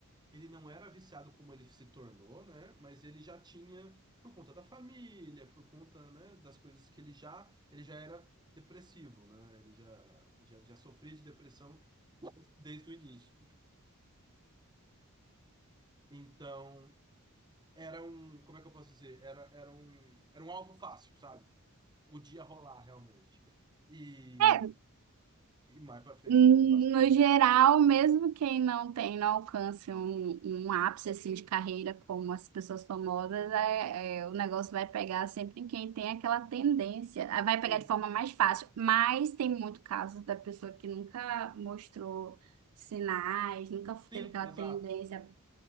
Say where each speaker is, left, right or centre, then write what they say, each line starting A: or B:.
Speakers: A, on the right (about 20°); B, on the right (about 80°).
A: ele não era viciado como ele se tornou, né? Mas ele já tinha, por conta da família, por conta, né, das coisas que ele já, ele já era depressivo, né? Ele já, já, já sofria de depressão desde o início. Então, era um, como é que eu posso dizer? Era, era um, era um alvo fácil, sabe? Podia rolar realmente. E,
B: É,
A: e mais pra frente
B: No
A: rolou bastante.
B: geral, mesmo quem não tem, não alcance um, um ápice assim, de carreira como as pessoas famosas, é, é, o negócio vai pegar sempre em quem tem aquela tendência. Ah, Vai pegar
A: Sim,
B: de forma mais fácil, mas tem muito caso da pessoa que nunca mostrou sinais, nunca
A: sim,
B: teve aquela
A: exato.
B: tendência.